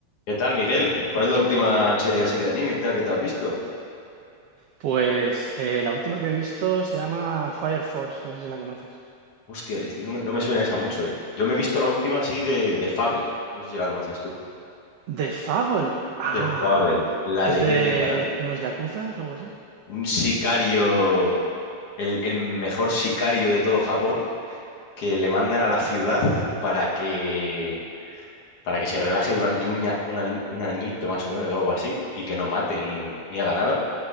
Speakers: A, on the left; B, on the right.
A: ¿Qué tal, Miguel? ¿Cuál es la última serie así de anime y tal que te has visto?
B: Pues eh, la última que he visto se llama Fire Force, no sé si la conoces.
A: Hostia, no me, no me suena esa mucho, ¿eh? Yo me he visto la última así de, de Fable. No sé si la conoces tú.
B: The Fable. Ah,
A: De Fable, la
B: es
A: leyenda,
B: de
A: ¿no?
B: unos yakuzas o algo así.
A: Un sicario, el, el mejor sicario de todo Japón, que le mandan a la ciudad para que, para que se relaje durante un, ña- un ani- un añito más o menos o algo así, y que no mate ni, ni haga nada.